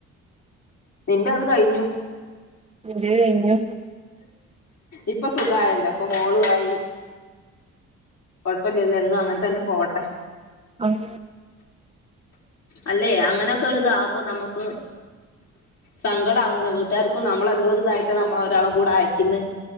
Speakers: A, on the left; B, on the right.
A: നിന്റെ അത് കഴിഞ്ഞു.
B: ഇന്റത് കഴിഞ്ഞു.
A: ഇപ്പൊ സുഖായല്ലോ, ഇപ്പൊ മോളു ആയി. കൊഴപ്പില്ല്യതെ എന്നും അങ്ങനെ തന്നെ പോവട്ടെ.
B: ആഹ്
A: അല്ലെ അങ്ങനെയൊക്കെ ഒര് ഇതാവുമ്പോ നമുക്ക് സങ്കടാവുന്ന് വീട്ടുകാര്ക്കും നമ്മളെന്തോരിതായിട്ട നമ്മളേ ഒരാളെ കൂടെ അയക്കുന്നു.